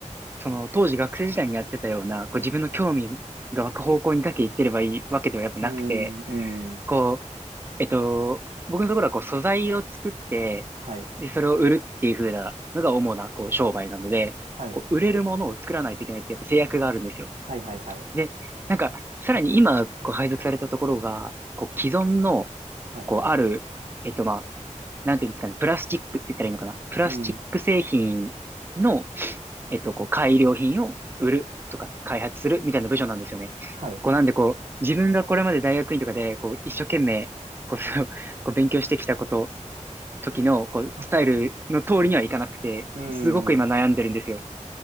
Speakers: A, on the right; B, on the right.
A: その当時学生時代にやってたような、こう自分の興味が湧く方向にだけ行ってればいいわけではやっぱなくて、
B: うーん。うん。
A: こう、えっと、僕のところはこう素材を作って、
B: はい。
A: で、それを売るっていう風なのが主なこう商売なので、
B: はい。
A: こう売れるものを作らないといけないってやっぱ制約があるんですよ。
B: はいはいはい。
A: で、なんか、さらに今こう配属されたところが、こう既存の、
B: はい。
A: こうある、えっとまあ、なんていうんですかね、プラスチックって言ったらいいのかな。プラスチック製品の、
B: うん。
A: えっと、こう、改良品を売るとか開発するみたいな部署なんですよね。
B: はい。
A: こう、なんでこう、自分がこれまで大学院とかで、こう、一生懸命、こう、<laughs> そうこう勉強してきたこと、時の、こう、
B: はい。
A: スタイルの通りにはいかなくて、
B: うん。
A: すごく今悩んでるんですよ。